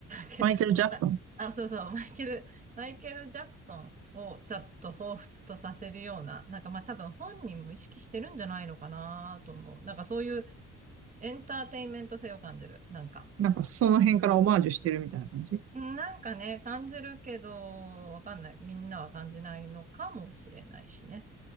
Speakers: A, on the right (about 25°); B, on the right (about 50°).
A: け、
B: マイケル・ジャクソン。
A: まあ、そうそう、マイケル、マイケル・ジャクソンをちょっと彷彿とさせるような、なんかまあ多分本人も意識してるんじゃないのかなと思う。なんかそういうエンターテインメント性を感じる。なんか。
B: なんかその辺からオマージュしてるみたいな感じ
A: なんかね、感じるけど、わかんない。みんなは感じないのかもしれないしね。